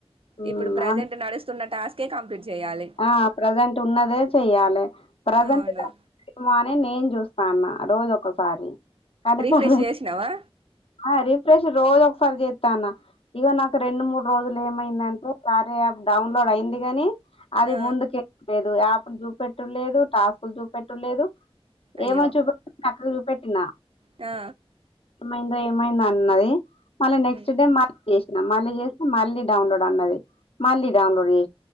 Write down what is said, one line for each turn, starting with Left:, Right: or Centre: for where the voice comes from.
Left: ఉమ్
Right: ఇప్పుడు ప్రజెంట్
Left: అన్-
Right: నడుస్ తున్న టాస్కే కంప్లీట్ చేయాలి
Left: ఆ ప్రజెంట్ ఉన్నదే చెయ్యాలి ప్రజెంట్
Right: అవును
Left: <unintelligible> అని నేను చూస్ స్తాన్న రోజు ఒకసారి కానీ
Right: రిఫ్రెష్
Left: ప్రజెంట్
Right: చేసినావా
Left: ఆ రిఫ్రెష్ రోజు ఒకసారి చేత్తాన్న ఇగ నాకు రెండు మూడు రోజులు ఏమైందనుకో కార్య యాప్ డౌన్లోడ్ అయింది గాని అది
Right: ఆ
Left: ముందుకే ఎక్స్‌పేర్ యాపులు చూపెట్లేదు టాస్కులు చూపెట్టలేదు
Right: అయ్యో
Left: ఏమో చూపకు చక్కగ చూ పెట్టినా
Right: ఆ
Left: మై ఏమైందన్నది మళ్ళ నెక్స్ట్
Right: ఉమ్
Left: డే మాకు చే మళ్ళీ చేస్తే మళ్లీ డౌన్లోడ్ అన్నది మళ్లీ డౌన్లోడ్ చే